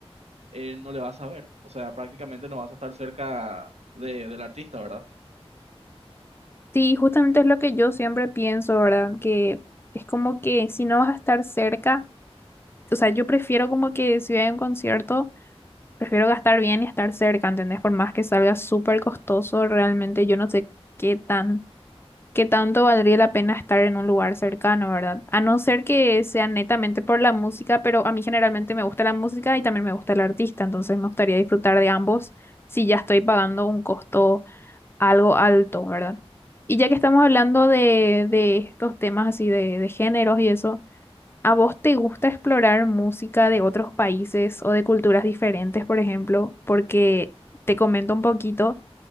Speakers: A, on the right (about 85°); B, on the left (about 20°).
A: eh, no le vas a ver. O sea, prácticamente no vas a estar cerca de, del artista, ¿verdad?
B: Sí, justamente es lo que yo siempre pienso, ¿verdad? Que es como que si no vas a estar cerca, o sea, yo prefiero como que si voy a un concierto, prefiero gastar bien y estar cerca, ¿entendés? Por más que salga súper costoso, realmente yo no sé qué tan, qué tanto valdría la pena estar en un lugar cercano, ¿verdad? A no ser que sea netamente por la música, pero a mí generalmente me gusta la música y también me gusta el artista, entonces me gustaría disfrutar de ambos si ya estoy pagando un costo algo alto, ¿verdad? Y ya que estamos hablando de, de estos temas así de, de géneros y eso, ¿a vos te gusta explorar música de otros países o de culturas diferentes, por ejemplo? Porque te comento un poquito